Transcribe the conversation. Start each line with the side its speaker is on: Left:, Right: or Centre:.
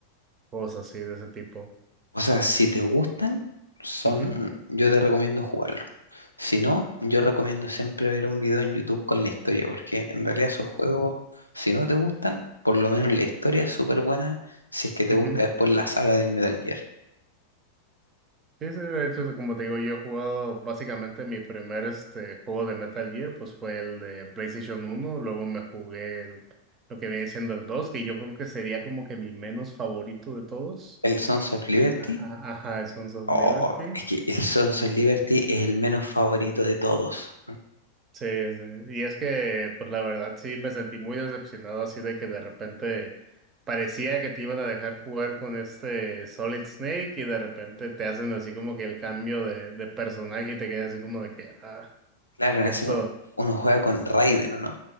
Right: juegos así de ese tipo.
Left: O sea, si te gustan, son,
Right: Ujú,
Left: yo te recomiendo jugarlo. Si no, yo recomiendo siempre ver un video en YouTube con la historia, porque en realidad esos juegos, si no te gustan, por lo menos la historia es súper buena, si es que te
Right: <laughs>
Left: gusta
Right: ujú.
Left: después la saga del Metal Gear.
Right: Sí, sí, de hecho, como te digo, yo he jugado básicamente mi primer este, juego de Metal Gear, pues fue el de PlayStation uno luego me jugué el- lo que viene siendo el dos que yo creo que sería como que mi menos favorito de todos.
Left: El Sons of Liberty,
Right: Ajá, ajá, el Sons of
Left: oh,
Right: Liberty.
Left: es que el Sons
Right: Y-
Left: of Liberty es el menos favorito de todos.
Right: Sí, sí, y es que, pues la verdad sí me sentí muy decepcionado así de que de repente parecía que te iban a dejar jugar con este Solid Snake y de repente te hacen así como que el cambio de, de personaje y te quedas así como de que, ah.
Left: Claro, en
Right: Esto,
Left: ese, uno uno juega con Raiden, ¿o no?